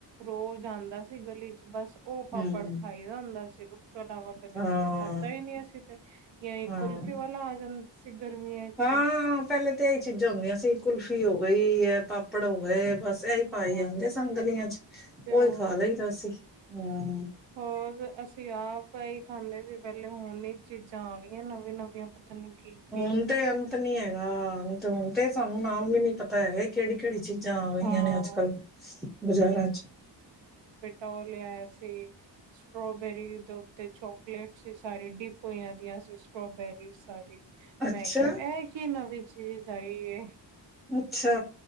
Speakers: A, on the right; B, in the centre.
A: ਰੋਜ਼। ਜਾਂਦਾ ਸੀ ਗਲੀ ਚ ਬਸ। ਉਹ ਪਾਪੜ
B: ਹੂੰ
A: ਖਾਈ ਦਾ ਹੁੰਦਾ ਸੀ, ਉਸ ਤੋਂ ਇਲਾਵਾ ਕਦੇ
B: ਹਾਂ
A: ਕੁੱਛ ਖਾਦਾ ਈ ਨੀ ਅਸੀ ਤੇ। ਯ
B: ਹਾਂ
A: ਕੁਲਫੀ ਵਾਲਾ ਆ ਜਾਂਦਾ ਸੀ, ਗਰਮੀਆਂ ਵਿੱਚ।
B: ਹਾਂ ਪਹਿਲੇ ਤੇ ਇਹ ਚੀਜ਼ਾਂ ਹੁੰਦੀਆਂ ਸੀ, ਕੁਲਫ਼ੀ ਹੋ ਗਈ ਐ ਪਾਪ ਪੜੋਏ ਬਸ ਇਹੀ ਭਾਈ
A: ਹਾਂ
B: ਆਦੇ ਸਨ ਗਲੀਆਂ ਚ
A: ਤੇ
B: ਉਹੀ
A: ਹੋਰ
B: ਖਾ ਲਈਦਾ ਸੀ। ਹਮ।
A: ਹੋਰ ਅਸੀਂ ਆਪ ਐਈ ਖਾਂਦੇ ਸੀ ਪਹਿਲੇ, ਹੁਣ ਨ ਚੀਜ਼ਾਂ ਆ ਗਈਆਂ ਨਵੀਂ ਨਵੀਆਂ,। ਪਤਾ ਨੀ ਕੀ ਕੀ
B: ਹੁਣ ਤੇ, ਅੰਤ ਨੀ ਹੈਗਾ। ਤੇ ਸਾਨੂੰ ਨਾਮ ਵੀ ਨੀ ਪਤਾ ਹੈਗਾ, ਇਹ ਕਿਹੜੀ ਕਿਹੜੀ ਚੀਜ਼ਾਂ ਆ ਗਈਆਂ
A: ਹਾਂ
B: ਨੇ ਅੱਜ ਕੱਲ ਬਾਜ਼ਾਰਾਂ ਚ
A: ਟਾ ਲਿਆਇਆ ਸੀ ਸਟ੍ਰੋਬੇਰੀ ਦੇ ਉੱਤੇ ਚੋਕਲੇਟ ਸੀ ਸਾਰੀ ਡਿਪ ਹੋਈਆਂ ਦੀਆਂ ਸੀ ਸਟ੍ਰੋਬੇਰੀਜ ਸਾਰੀ
B: ਅੱਛਾ
A: ਮੈਂ ਕਿਹਾ, ਇਹ ਕੀ ਨਵੀਂ ਚੀਜ ਆਈ ਐ
B: ਅੱਛਾ